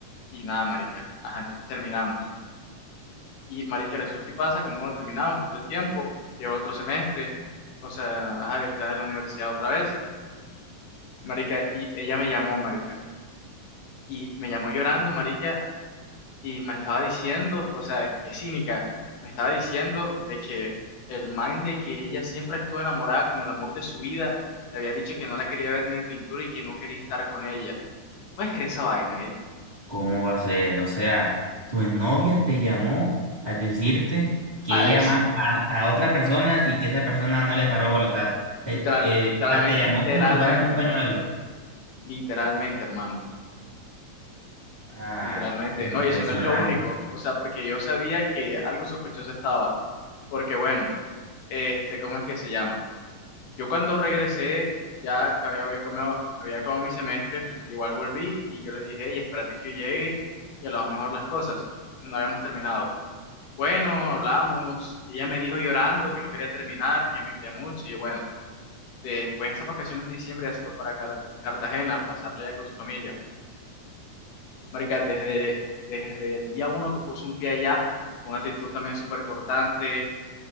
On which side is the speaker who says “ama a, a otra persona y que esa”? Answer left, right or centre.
Right